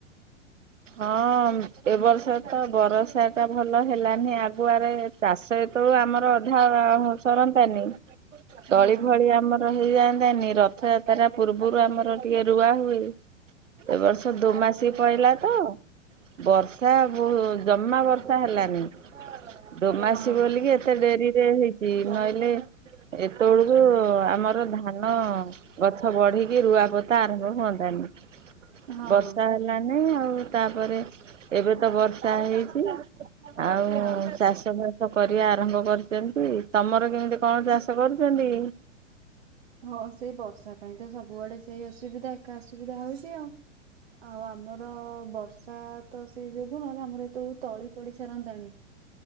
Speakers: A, on the right (about 80°); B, on the right (about 55°).
A: ହଁ ଏବ ବର୍ଷ ତ ବର୍ଷା ଟା ଭଲ ହେଲାନି ଆ ଗୁଆରେ ଚାଷ ଯେତେବେୁ ଆମର ଅଧା ସରନ୍ନ୍ତାନି ତଳି
B: ହଁ
A: ଭଳି ଆମର ହେଇଯାଆନ୍ତନି ରଥଯାତ୍ରା ପୂର୍ବରୁ ଆମର ଟିକେ ରୁଆ ହୁଏ। ଏ ବର୍ଷ ଦୁମାସ ପହିଲା ତ ବର୍ଷା ବ ଜମା ବର୍ଷା ହେଲାନି ଦୋମାସୀ
B: ହଁ
A: ବୋଲିକି ଏତେ ଡେରି ରେ ହେଇଛି ନହିଲଲେ ଏତେବେଳକୁ ଆମ ଧାନ ଗଛ ବଢିକି ରୁଆପୋତା ଆରମ୍ଭ ହୁଅନ୍ତାନି।
B: ହଁ
A: ବର୍ଷା ହେଲାନି ଆଉ ତାପରେ ଏବେ ତ ବର୍ଷା ହେଇଛି ଆଉ
B: ହଁ।
A: ଚାଷ ବାସ କରିବା ଆରମ୍ଭ କରିଛନ୍ତି ତମର କେମିତି କଣ ଚାଷ କରୁଛନ୍ତି?
B: ହଁ ସେଇ ବର୍ଷା ପାଇଁ ତ ସବୁଆଡେ ସେଇ ଅସୁବିଧା ଏକା ଅସୁବିଧା ହଉଛି ଆଉ। ଆଉ ଆମର ବର୍ଷା ତ ସେଇ ଯୋଗୁ ନହେଲେ, ଆମର ଏତେବେଳ ତଳି ପଡି ସାରନ୍ତାଣି।